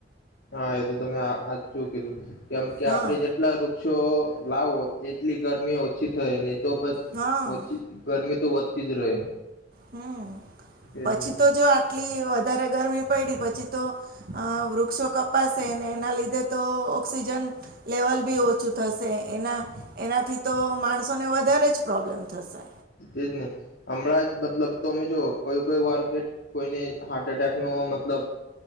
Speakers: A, on the left; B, on the right.
A: હા એ તો તમે સાચું કીધું કેમ કે
B: હા
A: આપડે જેટલા વૃ ક્ષો વાવો એટલી ગરમી ઓછી થાય. તો પણ,
B: હા
A: ઓછી ગરમી તો વધતી જ રહે
B: હમ,
A: તેજ
B: પછી
A: ને
B: તો જો આ એટલી વધારે ગરમી પડી પછી તો વૃક્ષો કપાશે અને એના લીધે તો ઓક્સિજન લેવલ બી ઓછું થશે એના એનાથી તો માણસોને વધારે જ પ્રોબ્લેમ થશે
A: તેજ ને હમણાં જ મતલબ તોમે જોઓ કોઈ કોઈ વાર કે કોઈને હાર્ટ એટેક નો મતલબ